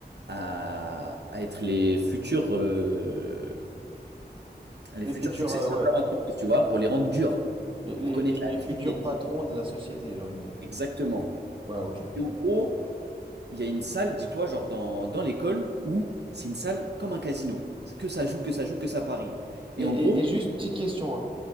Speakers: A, on the right (about 75°); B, on the right (about 30°).
A: à, à être les futurs, euh, les
B: Les
A: futurs
B: cultures,
A: successeurs
B: euh, ouais.
A: de leur entreprise, tu vois, pour les rendre durs,
B: Les,
A: pour
B: les-
A: connaître
B: les- les futurs
A: la vie, les petits.
B: patrons de la société, j'ai envie de dire.
A: Exactement.
B: Ouais, ok. Et,
A: Et en gros, il y a une salle, dis-toi, genre dans, dans l'école, où c'est une salle comme un casino. Que ça joue, que ça joue, que ça parie.
B: et-
A: Et en gros,
B: et juste petite question, hein.